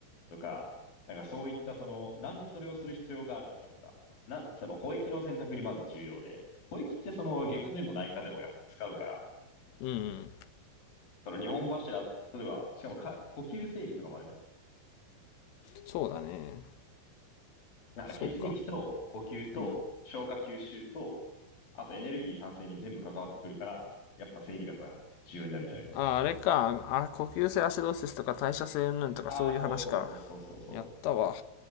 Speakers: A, on the left (about 45°); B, on the left (about 90°).
A: とか、なんかそういったその、なんでそれをする必要があるのかとか、な、その補液の選択にまず重要で、補液ってその、外科でも内科でもやっぱ使うから、
B: うん、うん、
A: その日本柱、例えば、しかもか、呼吸整理とかもあるじゃん
B: そうだね。
A: だから血液と呼吸と消化吸収と、
B: そうか。うん。
A: あとエネルギー産生に全部関わってくるから、やっぱ生理学は重要になるんじゃないかな。
B: あ、あれか。あ、呼吸性アシドーシスとか代謝性云々とかそういう話か。
A: ああ、そうそうそうそうそうそう。
B: やったわ。